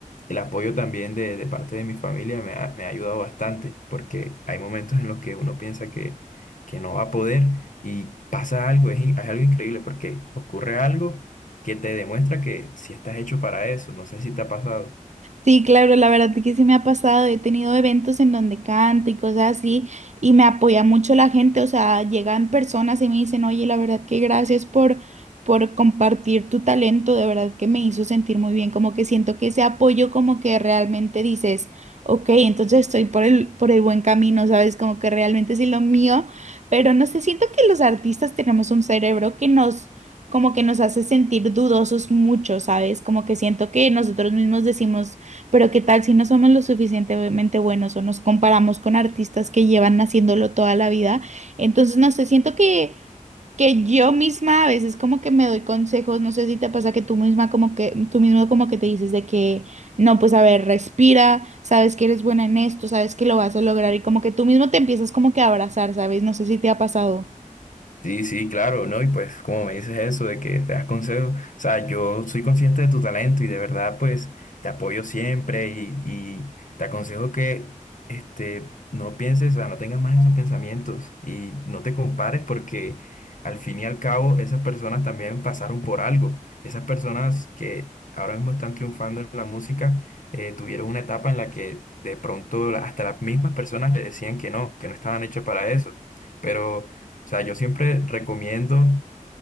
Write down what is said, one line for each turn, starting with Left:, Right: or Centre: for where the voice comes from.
Left: el apoyo también de, de parte de mi familia me ha, me ha ayudado bastante, porque hay momentos en los que uno piensa que, que no va a poder y pasa algo, es, in- es algo increíble, porque ocurre algo que te demuestra que si estás hecho para eso, no sé si te ha pasado.
Right: Sí, claro, la verdad es que sí me ha pasado, he tenido eventos en donde canto y cosas así y me apoya mucho la gente, o sea, llegan personas y me dicen, oye, la verdad que gracias por, por compartir tu talento, de verdad que me hizo sentir muy bien, como que siento que ese apoyo como que realmente dices, ok, entonces estoy por el, por el buen camino, ¿sabes? Como que realmente sí lo mío, pero no sé, siento que los artistas tenemos un cerebro que nos como que nos hace sentir dudosos mucho, ¿sabes? Como que siento que nosotros mismos decimos pero qué tal si no somos lo suficientemente buenos o nos comparamos con artistas que llevan haciéndolo toda la vida. Entonces, no sé, siento que, que yo misma a veces como que me doy consejos, no sé si te pasa que tú misma como que, tú mismo como que te dices de que, no, pues a ver, respira, sabes que eres buena en esto, sabes que lo vas a lograr y como que tú mismo te empiezas como que a abrazar, ¿sabes? No sé si te ha pasado.
Left: Sí, sí, claro, ¿no? Y pues como me dices eso de que te das consejos, o sea, yo soy consciente de tu talento y de verdad pues te apoyo siempre y, y te aconsejo que este, no pienses, o sea, no tengas más esos pensamientos y no te compares porque al fin y al cabo esas personas también pasaron por algo. Esas personas que ahora mismo están triunfando en la música eh, tuvieron una etapa en la que de pronto hasta las mismas personas le decían que no, que no estaban hechas para eso, pero sea, yo siempre recomiendo